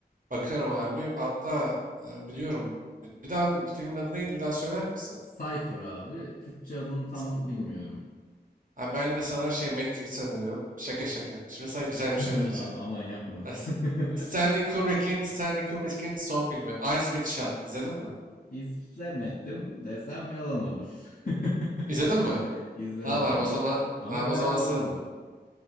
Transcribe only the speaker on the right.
Bakarım abi. Hatta e, biliyorum. Bir daha bu filmin adı neydi? Bir daha söyler misin?
Sana.
Abi ben de sana şey Matrix öneriyorum. Şaka şaka. Şimdi sana güzel
bir şey önereceğim.
Es-
Stanley Kubrick'in Stanley Kubrick'in son filmi Eyes Wide Shut. İzledin mi?
İzledin mi?
Tamam
abi o zaman
abi
o zaman sen